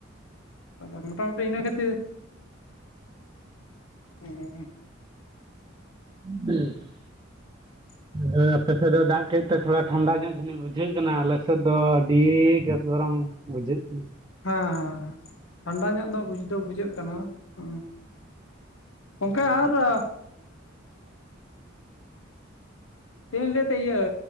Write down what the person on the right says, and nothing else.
<inaudible>
ᱦᱮᱸ ᱟᱯᱮ ᱥᱮᱫ ᱫᱚ ᱫᱟᱜ ᱠᱮᱛ ᱛᱮ ᱛᱷᱚᱲᱟ ᱴᱷᱟᱱᱰᱟ ᱧᱚᱜ ᱡᱟᱹᱱᱤᱡ ᱵᱩᱡᱷᱟᱹᱜ ᱠᱟᱱᱟ ᱟᱞᱮ ᱥᱮᱫ ᱫᱚ ᱟᱰᱤ ᱜᱮᱥ ᱜᱚᱨᱚᱢ ᱵᱩᱡᱷᱟᱹᱜ ᱠᱟᱱᱟ
ᱦᱚᱸ